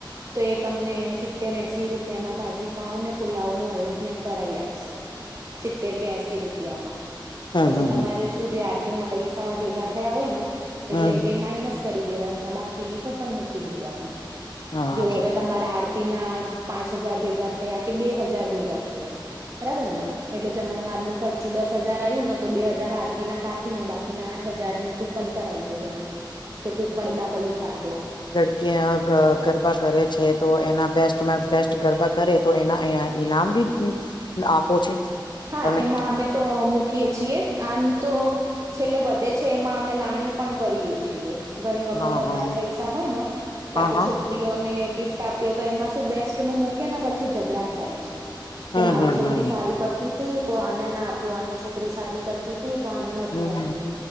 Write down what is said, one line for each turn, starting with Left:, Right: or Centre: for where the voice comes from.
Right: તો એ તમને સિત્તેર એશ રૂપિયામાં ભાજી પાઉ ને પુલાવનુંઅરેન્જમેન્ટ કરાવાઈ આપશે. સિત્તેર કે એંસી રૂપિયામાં.
Left: હમ
Right: પછી
Left: હમ હમ
Right: તમારે
Left: હમ
Right: શું જે આરતી ના પૈસા ભેગા થયા હોય ને
Left: હમ
Right: એટલે
Left: હમ
Right: એ માઇનસ કરી દેવા ની બાકીની કૂપન મૂકી દેવાની
Left: હા
Right: જો હવે તમારે આ ના પાંચ હજાર ભેગા થયા કે બે હજાર ભેગા થયા બરાબર ને. એટલે જમણવારનું ખર્ચું દસ હજાર આવ્યું નને તો બે હજ હાર આરતી ના કપી ને બાકીના આઠ હજારની કુપન કરાવી દેવાની. કે કૂપન ના પૈસા આટલા
Left: ક્યા ગરબા કરે છે તો એના બેસ્ટમાં બેસ્ટ ગરબા કરે તો એના અ ઈનામ બી આપો છે.
Right: હા
Left: તમે
Right: એમાં અમે તો મૂકીય છીએ આમ તો. છેલ્લે વધે છે એમાં અમે લાણી પણ કરીએ છીએ. ઘણી વખત
Left: હા
Right: વધારે
Left: હા
Right: પૈસા હોય ને કા
Left: હા
Right: તો
Left: હા
Right: છોક સ્ત્રીઓને ગિફ્ટ આપીએ તો એમાં શું બેસ્ટ નું મૂકી ને પછી ઝઘડા થાય છે. કે
Left: હમ
Right: મારી
Left: હમ
Right: છોકરી
Left: હમ
Right: સારું કરતી હતી તો આને ના આપ્યો આની છોકરી સારી કરતી તો આને નહોતું
Left: હમ
Right: આપ્યું.